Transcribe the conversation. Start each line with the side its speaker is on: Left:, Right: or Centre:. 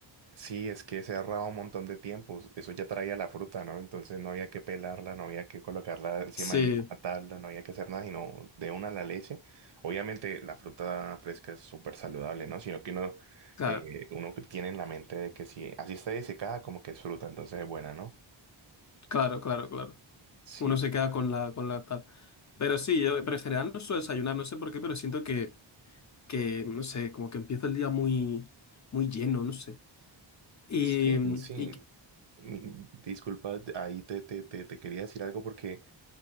Right: Sí, es que se ahorraba un montón de tiempo. Eso ya traía la fruta, ¿no? Entonces no había que pelarla, no había que colocarla encima
Left: Sí,
Right: de ninguna tabla, no había que hacer nada, sino de una la leche. Obviamente la fruta fresca es súper saludable, ¿no? Sino que uno,
Left: claro.
Right: eh, uno tiene en la mente de que si así está disecada, como que es fruta, entonces es buena, ¿no?
Left: Claro, claro, claro.
Right: Sí,
Left: Uno
Right: te-
Left: se queda con la, con la tal. Pero sí, yo, pero en general no suelo desayunar, no sé por qué, pero siento que, que, no sé, como que empiezo el día muy, muy lleno, no sé. Y,
Right: sí,
Left: mm,
Right: sí.
Left: y-
Right: Mm, Disculpa, ahí te, te, te, te quería decir algo porque